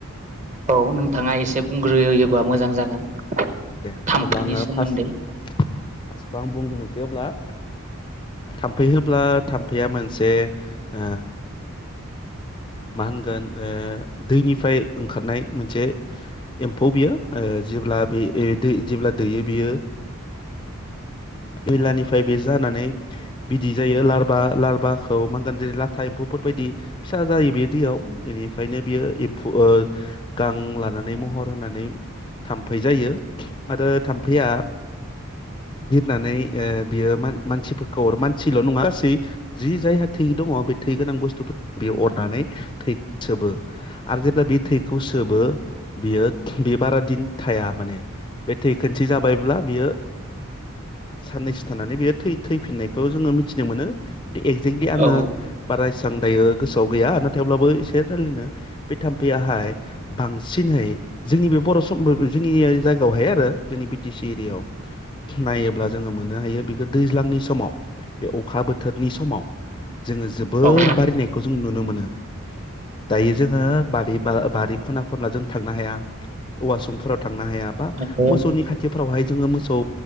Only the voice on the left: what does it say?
दे
अब्ला आङो
फार्स्ट फार्स्टाव आं बुंग्रोनोसै अब्ला थाम्फै होब्ला थाम्फैया मोनसे ओ मा ओ होनगोन दैनिफ्राय ओंखारनाय मोनसे एम्फौ बियो जेब्ला बे दै जेब्ला दैयो बेयो बेलानिफ्राय बे जानानै बिदै जायो लारबा लारबाखौ मा होनगोन जेरै लाथा एम्फौफोरबायायदि फिसा जायो बे दैयाव बेनिफ्रायनो बियो एम्फौ गां ला नानै महर होनानै थाम्फै जायो आरो थाम्फैया बिरनानै बियो मानसिफोरखौ मानसिल' नङा गासै जि जायहा थै दङ बे थै गोनां बुस्थु बियो अरनानै थै सोबो आरो जेब्ला बे थैखौ सोबो बियो बे बारा दिन थाया माने बे थै खोनसे जाबायब्ला बियो साननैसो थानानै बेयो थै थैफिननायखौ जोङो मिथिनो मोनो एक्जेक्टलि आङो
बारा सां दायो गोसोआव गैया थेवब्लाबो <unintelligible> बे थाम्फैयाहाय बांसिनहै जोंनि बे बर' सम जोंनि जायगायावहाय आरो जोंनि बि टि सि एरियायाव नायोब्ला जोङो मोननो हायो बेखौ दैज्लांनि समाव बे अखा बोथोरनि समाव जोङो जोबोर
बारायनायखौ जों नुनो मोनो दायो जोङो बारि ब बारि खना खनला जों थांनो हाया औवा संमफोराव थां ना हायाबा
मोसौनि खाथिआव फोरावहाय जोङो मोसौ